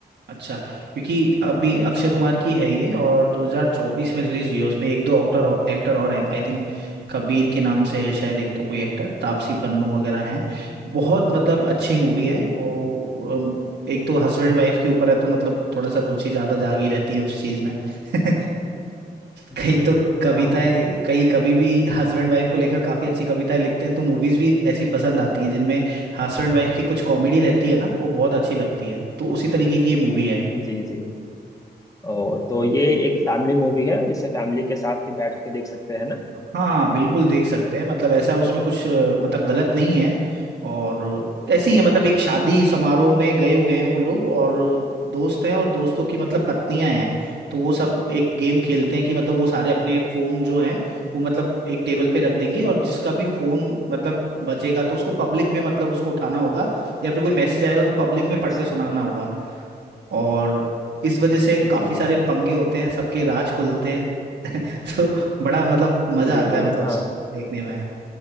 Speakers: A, on the right (about 80°); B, on the left (about 20°).
A: अच्छा क्योंकि अभी अक्षय कुमार की है ये और 2024 में रिलीज हुई है उसमें एक दो एक्टर और एक्टर और हैं आई थिंक कबीर के नाम से है शायद एक तो कोई एक्टर तापसी पन्नू वगैरह हैं बहुत मतलब अच्छी मूवी है
B: जी जी
A: वो अम, एक तो हस्बैंड वाइफ के ऊपर है तो मतलब थोड़ा सा रुचि ज्यादा जागी रहती है उस चीज में <laughs> कई
B: जी
A: तो कविताएं
B: हाँ
A: कई कभी भी हस्बैंड वाइफ को लेकर काफी अच्छी कविताएं लिखते हैं तो मूवीज भी ऐसी पसंद आती हैं जिनमें हस्बैंड वाइफ की कुछ कॉमेडी रहती है ना वो बहुत अच्छी लगती है तो उसी तरीके की ये मूवी है
B: जी जी ओ तो ये एक फैमिली मूवी है इसे फैमिली के साथ भी बैठ के देख सकते हैं ना
A: हाँ हाँ बिल्कुल देख सकते हैं मतलब ऐसा उसमें कुछ अ, मतलब गलत नहीं है और ऐसे
B: जी
A: ही है मतलब एक शादी समारोह में गए हुए हैं वो लोग और दोस्त हैं और दोस्तों की मतलब पत्नियां हैं तो वो सब एक गेम खेलते हैं कि मतलब वो सारे अपने फोन जो हैं वो मतलब एक टेबल पे रख देंगे और जिसका भी फोन मतलब बचेगा तो उसको पब्लिक में मतलब उसको उठाना होगा या फिर कोई मैसेज आएगा तो पब्लिक में
B: अच्छा
A: पढ़ के सुनाना होगा और इस वजह से काफी
B: जी
A: सारे पंगे होते हैं सबके राज खुलते हैं <laughs> तो बड़ा मतलब मजा
B: जी
A: आता
B: जी
A: है मतलब
B: हाँ
A: उसको देखने में